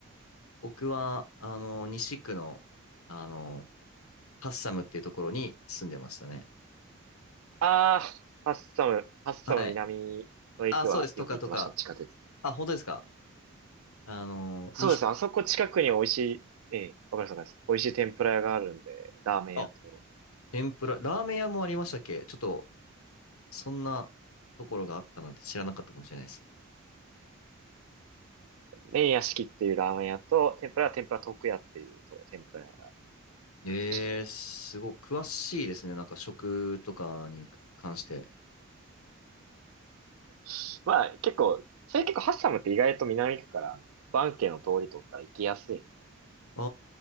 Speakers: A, on the left; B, on the right.
A: 僕は、あの、西区の、あの、ハッサムっていうところに住んでましたね。
B: ああ、ハッサム、ハッサム南の駅はよく行ってましたね、
A: はい。あ、そうです。とかとか。
B: 地下鉄。
A: あ、本当ですか。あの、
B: そうです。
A: 西の。
B: あそこ近くに美味しい、
A: あ、
B: ええ、わかります、わかります。美味しい天ぷら屋があるんで、ラーメン屋と、
A: あ天ぷら。ラーメン屋もありましたっけちょっと、そんなところがあったなんて知らなかったかもしれないです。
B: 麺屋敷っていうラーメン屋と、天ぷらは天ぷら徳屋っていうと天ぷら屋がよ
A: えー、
B: く行ってました。
A: すごい、詳しいですね。なんか食とかに関して。
B: <laughs> まあ、結構、それ結構ハッサムって意外と南区から、あの、バンケイの通り通ったら行きやすい。
A: あ